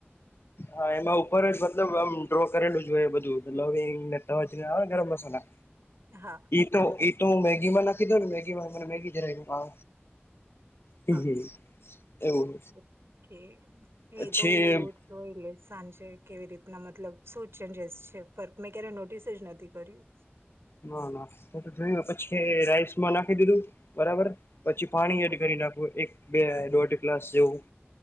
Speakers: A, on the left (about 65°); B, on the right (about 75°).
A: હા એમાં ઉપર જ મતલબ આમ. ્રો કરેલુંવંગને તજ ગરમ મસાલા
B: હા
A: તો. તું મેગીમાં નાખી દઉ ને મેગીમાં મને મેગી જરા. હમ
B: હા
A: હ એવું.
B: ઓકે
A: પછી
B: એ તો તો એ. સાંજે કેવી રીતના મતલબ શું ચેન્જસ છે ફ મેં ક્યારે નોટિસ જ નથી કર્યું.
A: ના ના જોયું પછી રાઈસમાં નાખી દીધું બરાબર. પછી પાણી
B: હા
A: એડ કરી નાખું એક બે દોઢ ગ્લાસ જેવું.